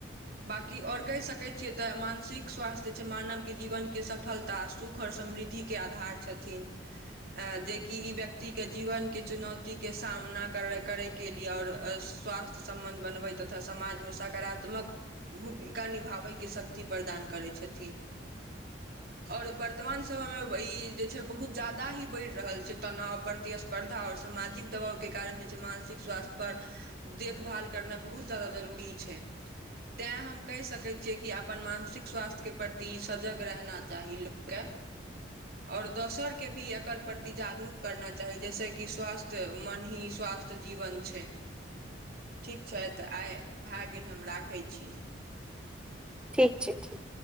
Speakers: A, on the right; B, in the centre.
A: बाकी आओर कहि सकैत छियै तऽ मानसिक स्वास्थ्य जे छै मानवके जीवने सफलता सुख आओर समृद्धिके आधार छथिन आ जेकि ई व्यक्तिके जीवनके चुनौतीके सामना कर करयके लिए आओर स्वास्थ्य सम्बन्ध बनबै तथा समाजमे सकारात्मक भूमिका निभाबैके शक्ति प्रदान करै छथिन आओर वर्तमान समयमे ई जे छै बहुत ज्यादा ही बढ़ि रहल छै तनाव प्रतिस्पर्धा आओर समाज दबावके कारण जे छै मानसिक स्वास्थ्य पर देखभाल करनाइ बहुत जादा जरूरी छै तैँ हम कहि सकैत छियै कि अपन मानसिक स्वास्थ्यके प्रति सजग रहना चाही लोक के आओर दोसर के भी एकर प्रति जागरूक करना चाही जैसेकि स्वास्थ्य मन ही स्वा स्वास्थ्य जीवन छै ठीक छै तऽ आइ भए गेल हम राखै छी
B: ठीक छै ठीक